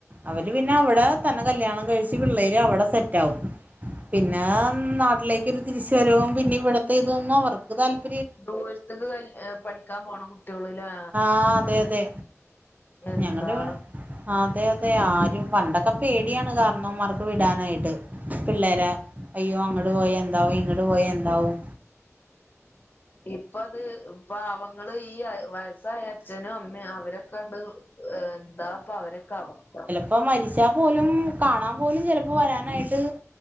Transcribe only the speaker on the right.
അവര് പിന്നെ അവിടാ തന്നെ കല്യാണം കഴിച്ച് പിള്ളേര് അവിടെ സെറ്റാവും പിന്നേ ഉം നാട്ടിലേക്ക് ഒരു തിരിച്ച് വരവും പിന്നിവിടത്തെ ഇതൊന്നും അവർക്ക് തല്പ
ആ അതെ അതെ
ഞങ്ങളി ആ അതെ അതെ ആരും പണ്ടൊക്ക പേടിയാണ് കാരണവംമാർക്ക് വിടാനായിട്ട് പിള്ളേരെ അയ്യോ അങ്ങട് പോയന്താവും ഇങ്ങട് പോയ എന്താവും
ഇപ്പൊ മരിച്ചാ പോലും കാണാം പോലും ചിലപ്പോ വരാനായിട്ട്